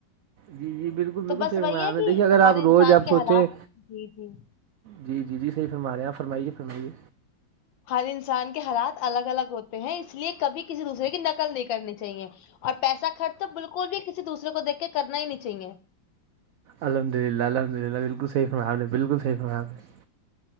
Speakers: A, on the right; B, on the left.
A: جی جی بالکل
B: تو
A: بالکل
B: بس
A: سیف
B: وہی
A: ہے آپ نے
B: کہ
A: دیکھیے اگر
B: ہر
A: آپ
B: انسان
A: روز آپ
B: کے
A: سوچیں
B: حالات جی جی
A: جی جی جی صحی فرما رہے ہیںپ فرمائیے فرمائیے
B: ہر انسان کے حالات الگ الگ ہوتے ہیں اس لیے کبھی کسی دوسرے کی نقل نہیں کرنی چاہیے اور پیسہ خرچ تو بالکل بھی کسی دوسرے کو دیک کے کرنا ہی نہیں چاہیے
A: الحمد للہ الحمد للہالکل صی فرار بالکل صی فناار ہیں